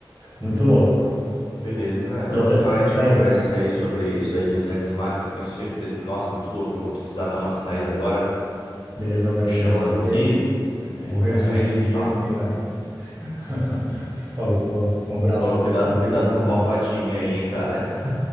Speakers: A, on the right; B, on the left.
A: Muito louco.
B: Beleza, né?
A: Deu
B: O-
A: até.
B: Outra hora a gente
A: Velho,
B: conversa aí sobre isso daí de Deus Ex Machina. Eu tenho certeza que, nossa, muito louco. Eu vou precisar dar uma saída agora,
A: beleza, velho,
B: me chamando
A: eu vou
B: aqui.
A: ver.
B: É,
A: Vou rever
B: mas a
A: o g
B: gente se
A: D
B: fala.
A: aqui, velho. <laughs> Falou. Um abraço,
B: Falou, cuida,
A: Matheus,
B: cuidado
A: cara.
B: com o Palpatine aí, hein, cara. <laughs>